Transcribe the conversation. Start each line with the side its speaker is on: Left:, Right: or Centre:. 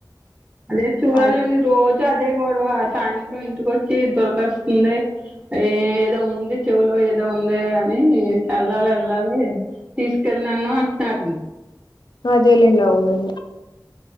Right: అదే చూడాల
Left: అది
Right: రోజు అదే గొడవ సాయంత్రం ఇంటికొచ్చి దొరదస్తుంది. ఏదో ఉంది చెవులో ఏదో ఉందే అని యెళ్లాలె యెళ్ళాలి తీసుకెళ్ళనన్ను అంటారు
Left: అదేలేండి అవునం